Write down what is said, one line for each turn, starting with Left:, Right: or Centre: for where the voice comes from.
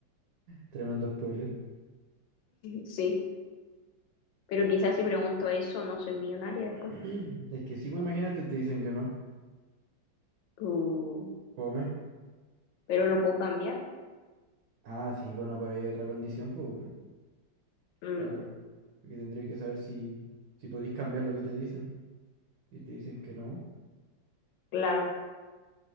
Right: Tremendo spoiler.
Left: Sí, pero quizás si pregunto eso, no soy millonaria después.
Right: <clears throat> Es que sí, pues imagínate, te dicen que no.
Left: Mm,
Right: Come.
Left: pero lo puedo cambiar.
Right: Ah, sí, bueno, por ahí otra condición, pues bueno,
Left: Mm,
Right: claro. Porque tendría que saber si, si podéis cambiar lo que te dicen. Y te dicen que no.
Left: claro.